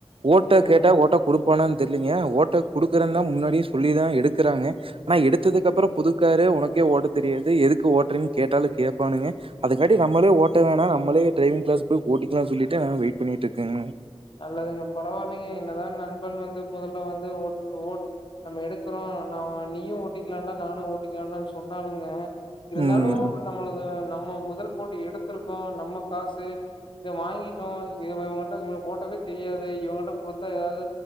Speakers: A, on the right (about 65°); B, on the left (about 55°).
A: ஓட்ட
B: சேரிங்க
A: கேட்டா ஓட்ட குடுப் போன தெர்லிங்க ஓட்ட குடுக்கறன் தா முன்னாடியே சொல்லி தா எடுக்கறாங்க ஆனா எடுத்ததுக்கு அப்றோ புது காரே உனக்கே ஓட்ட தெரியாது எதுக்கு ஓட்ரன்னு கேட்டாலு கேப்பானுங்க அதங்காட்டி நம்மளே ஓட்ட வேணா நம்மளே ட்ரைவிங் கிளாஸ் போய் ஓட்டிக்கலா சொல்லிட்டு நா வெயிட் பண்ணிட்டு இருக்கங்க
B: நல்லதுங்க பரவால்லைங்க என்னதா நண்பன் வந்து மொதல்ல வந்து ஓட் ஓட் நம்ம எடுக்றோ நா நீயு ஓட்டிக்கலாடா நானு ஓட்டிக்கலான்னு சொன்னாலுங்க இருந்தாலு
A: ம்
B: நம்மளது நம்ம முதல் போட்டு எடுத்துருக்கோ நம்ம காசு இத வாங்கிட்டோ இவங்கிட்ட இவனுக்கு ஓட்டவே தெரியாது இவங்கிட்ட கொடுத்தா எதாது